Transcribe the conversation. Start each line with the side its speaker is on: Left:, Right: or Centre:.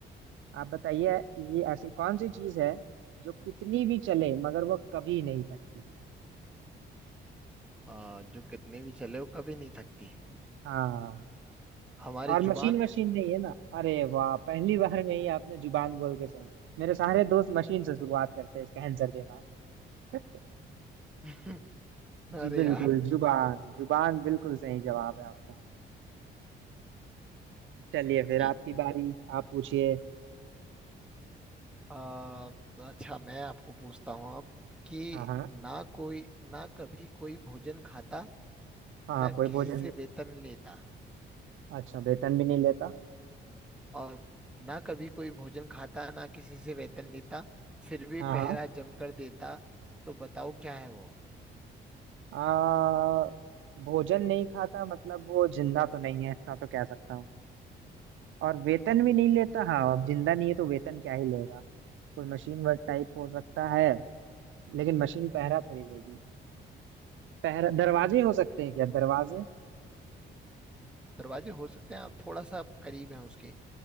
Right: आप बताइए कि ऐसी कौन सी चीज है जो कितनी भी चले मगर वो कभी नहीं थकती
Centre: आ, जो कितने भी चले वो कभी नहीं थकती
Right: हाँ
Centre: हमारी
Right: और
Centre: जुबान
Right: मशीन मशीन नहीं है ना अरे वाह पहली बार में ही आपने जुबान बोल के सही मेरे सारे दोस्त मशीन से शुरुआत करते हैं इसका आंसर देना <laughs>
Centre: <laughs>
Right: जी
Centre: अरे
Right: बिल्कुल
Centre: यार
Right: जुबान जुबान बिल्कुल सही जवाब है आपका चलिए फिर
Centre: ठीक
Right: आपकी बारी आप पूछिए
Centre: आ, अच्छा मैं आपको पूछता हूँ अब कि
Right: हाँ हाँ
Centre: ना कोई ना कभी कोई भोजन खाता
Right: हाँ
Centre: ना किसी
Right: कोई भोजन
Centre: से
Right: नहीं
Centre: वेतन लेता
Right: अच्छा वेतन भी नहीं लेता
Centre: और ना कभी कोई भोजन खाता ना किसी से वेतन लेता फिर भी
Right: हाँ हाँ
Centre: पहरा जमकर देता तो बताओ क्या है वो
Right: आ, भोजन नहीं खाता मतलब वो जिंदा तो नहीं है इतना तो कह सकता हूँ और वेतन भी नहीं लेता हाँ अब जिंदा नहीं है तो वेतन क्या ही लेगा कोई मशीन वर्क टाइप हो सकता है लेकिन मशीन पहरा थोड़ी लेगी पहरा दरवाजे हो सकते हैं क्या दरवाजे
Centre: दरवाजे हो सकते हैं आप थोड़ा सा आप करीब हैं उसके